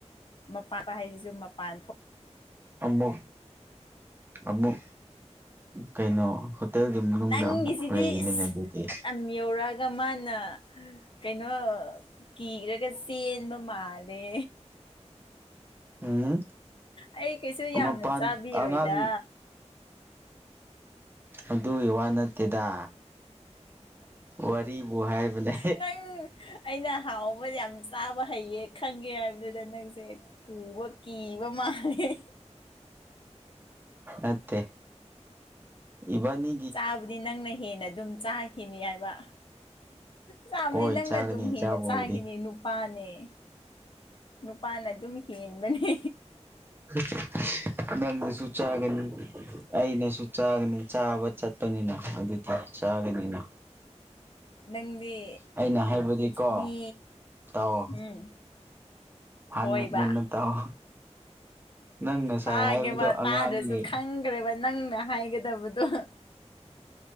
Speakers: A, on the left (about 45°); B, on the right (about 20°).
A: ꯃꯥꯟ ꯍꯥꯏꯁꯤꯁꯨ ꯃꯄꯥꯟ ꯊꯣꯛ
B: ꯑꯃꯨꯛ ꯑꯃꯨꯛ ꯀꯩꯅꯣ ꯇꯦꯜꯒꯤ ꯃꯅꯨꯡꯗ
A: ꯅꯪꯒꯤꯁꯤꯗꯤ
B: ꯑꯃꯨꯛ ꯂꯩꯅꯤꯅꯦ
A: ꯑꯁ
B: ꯑꯗꯨꯗꯤ
A: <unintelligible> ꯌꯧꯔꯛꯑꯒ ꯃꯥꯅ ꯀꯩꯅꯣ ꯀꯤꯔꯒ ꯆꯦꯟꯕ ꯃꯥꯜꯂꯦ
B: ꯎꯝ
A: ꯑꯩ ꯀꯩꯁꯨ ꯌꯥꯝꯅ
B: ꯃꯄꯥꯟ
A: ꯆꯥꯕꯤꯔꯣꯏꯗ
B: ꯑꯉꯥꯡ ꯑꯗꯨꯒꯤ ꯋꯥ ꯅꯠꯇꯦꯗ ꯋꯥꯔꯤꯕꯨ ꯍꯥꯏꯕꯅꯦ
A: ꯅꯪ ꯑꯩꯅ ꯍꯥꯎꯕ ꯌꯥꯝ ꯆꯥꯕ ꯍꯩꯌꯦ ꯈꯪꯉꯦ ꯍꯥꯏꯕꯗꯨꯗ ꯅꯪꯁꯦ ꯄꯨꯕ ꯀꯤꯕ ꯃꯥꯜꯂꯦ
B: ꯅꯠꯇꯦ ꯏꯕꯥꯅꯤ
A: ꯆꯥꯕꯨꯗꯤ ꯅꯪꯅ ꯍꯦꯟꯅ ꯑꯗꯨꯝ ꯆꯥꯈꯤꯅꯤ ꯍꯥꯏꯕ ꯆꯥꯕꯅꯤ
B: ꯍꯣꯏ
A: ꯅꯪꯅ
B: ꯆꯥꯒꯅꯤ
A: ꯑꯗꯨꯝ ꯍꯦꯟꯅ
B: ꯆꯥꯕꯕꯨꯗꯤ
A: ꯆꯥꯈꯤꯅꯤ ꯅꯨꯄꯥꯅꯦ ꯅꯨꯄꯥꯅ ꯑꯗꯨꯝ ꯍꯦꯟꯕꯅꯦ
B: <unintelligible> ꯁꯨ ꯆꯥꯒꯅꯤ ꯑꯩꯅꯁꯨ ꯆꯥꯒꯅꯤ ꯆꯥꯕ ꯆꯠꯄꯅꯤꯅ ꯑꯗꯨꯗꯤ ꯆꯥꯒꯅꯤꯅ
A: ꯅꯪꯗꯤ
B: ꯑꯩꯅ ꯍꯥꯏꯕꯗꯤꯀꯣ
A: ꯃꯤ
B: ꯇꯥꯎ
A: ꯎꯝ
B: ꯍꯥꯟꯅ
A: ꯍꯣꯏꯕ
B: ꯃꯨꯟꯅ ꯇꯥꯎꯑꯣ ꯅꯪ ꯉꯁꯥꯏ
A: ꯇꯥꯒꯦꯕ
B: ꯍꯥꯏꯕꯗꯣ ꯑꯉꯥꯡꯅꯤ
A: ꯇꯥꯗ꯭ꯔꯁꯨ ꯈꯪꯈ꯭ꯔꯦꯕ ꯅꯪꯅ ꯍꯥꯏꯒꯗꯕꯗꯣ